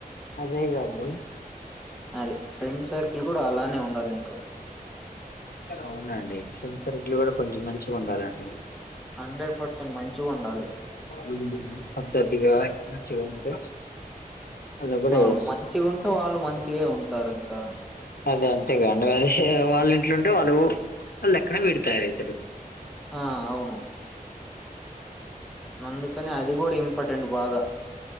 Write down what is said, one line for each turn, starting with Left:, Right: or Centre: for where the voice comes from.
Left: అదే గ అండి
Centre: అది ఫ్రెండ్ సర్కిల్ కూడా అలానే ఉండాలి నీకు
Left: అవునండి ఫ్రెండ్ సర్కిల్ కూడా కొంచెం మంచిగా ఉండాలండి
Centre: హండ్రెడ్ పర్సెంట్ మంచిగా ఉండాలి
Left: ఉ పద్ధతిగా మంచిగా ఉంటే అలా కూడా
Centre: అవును
Left: చేస్తారు
Centre: మంచిగా ఉంటే వాళ్ళు మంచిగే ఉంటారు ఇంకా
Left: అదే అంతే ఇంగ అదే వాళ్ళ ఇంట్లోంటే వాళ్ళు వాళ్ళ లెక్కన విడు తయారు అయితాడు
Centre: ఆ అవును అందుకని అది కూడా ఇంపార్టెంట్ బాగా